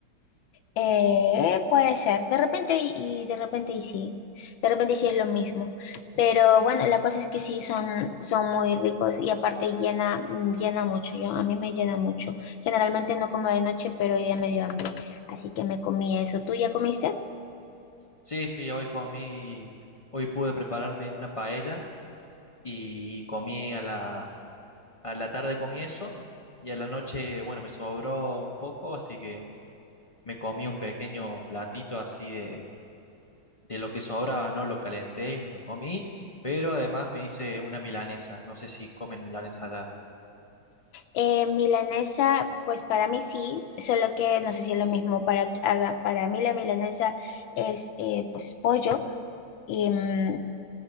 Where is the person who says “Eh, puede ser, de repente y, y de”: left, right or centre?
Left